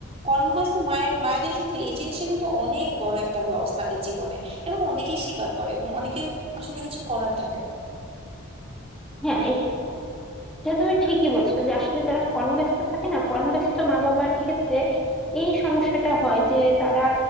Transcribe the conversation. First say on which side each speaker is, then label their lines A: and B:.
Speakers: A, on the right (about 30°); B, in the centre.
A: কর্মব্যস্ত মায়ের মায়েদের ক্ষেত্রে এই জিনিসটা কিন্তু অনেক বড় একটা লস তাদের জীবনে এবং অনেকেই স্বীকার করে এবং অনেকের আসলে কিছু করার থাকে না
B: হ্যাঁ এটা তুমি ঠিকই বলছো যে আসলে যারা কর্মব্যস্ত থাকে না কর্মব্যস্ত মা বাবার ক্ষেত্রে এই সমস্যাটা হয় যে তারা